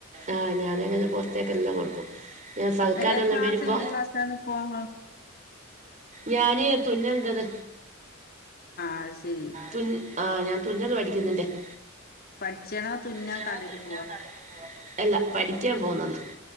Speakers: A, on the right; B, on the left.
A: ആ ഞാനങ്ങനെ പുറത്തേക്ക എല്ലാം കൊടുക്കും ഞാ സൽക്കാര
B: ഏഹ്
A: ത എന്നെ
B: ക്ലാസ്
A: വരുമ്പോ
B: എന്ത് ക്ലാസ്സാണിപ്പോ ആഹ്
A: ഞാനേ തുന്നലണ്ടത്
B: അത് ശരി
A: തൻ ആ ഞാൻ തുന്നല് പഠിക്കുന്നുന്റെറെ
B: പഠിച്ചാണോ തുന്നാ
A: ഠ
B: കടേല് പോവാ
A: ക അല്ല പഠിക്കാ പോുന്നത്